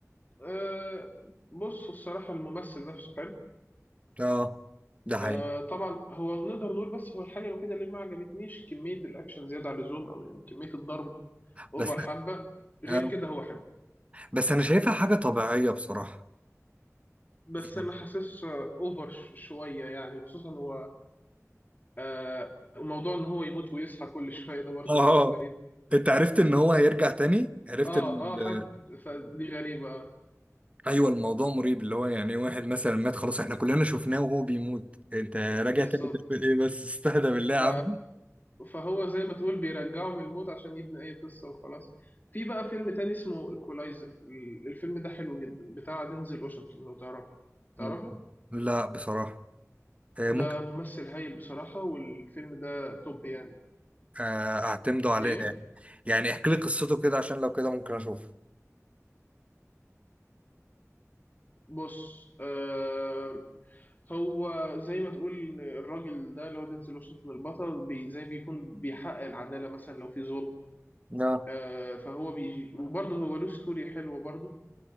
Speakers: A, on the left; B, on the right.
A: آه، بص الصراحه الممثل نفسه حلو
B: اه ده
A: آه،
B: حقيقي
A: طبعا هو نقدر نقول بس هو الحاجه الوحيده اللي ما عجبتنيش كميه الاكشن زياده عن اللزوم او يعني كميه الضرب اوفر
B: بس
A: حبه غير
B: آه.
A: كده هو حلو
B: بس انا شايفها حاجة طبيعية بصراحة
A: بس
B: يعني
A: انا حاسس آه، اوفر شويه يعني وخصوصا هو آه وموضوع ان هو يموت ويصحى كل شويه ده برضه
B: اه
A: موضوع غريب
B: انت عرفت ان هو هيرجع تاني؟ عرفت
A: اه
B: ان ال-
A: اه حد فدي غريبه آه،
B: ايوه الموضوع مريب اللي هو يعني واحد مثلا مات خلاص احنا كلنا شفناه وهو بيموت انت راجع
A: بالظبط
B: تاني تعمل ايه بس استهدى بالله يا
A: ف
B: عم
A: فهو زي ما تقول بيرجعه من الموت عشان يبني اي قصه وخلاص في بقى فيلم تاني اسمه ايكولايزر الفيلم ده حلو جدا بتاع دينزل واشنطن لو تعرفه تعرفه
B: <laughs> لا بصراحة آه،
A: ده
B: ممكن
A: ممثل هايل بصراحه والفيلم ده توب يعني
B: آه، اعتمدوا عليه
A: ايه
B: يعني يعني احكي لي قصته كده عشان لو كده ممكن اشوف
A: بص آه هو زي ما تقول الراجل ده اللي هو دينزل واشنطن البطل بي زي بيكون بيحقق العدالة مثلا لو في ظلم
B: لا
A: آه فهو بيجي وبرضه هو له ستوري حلوة برضه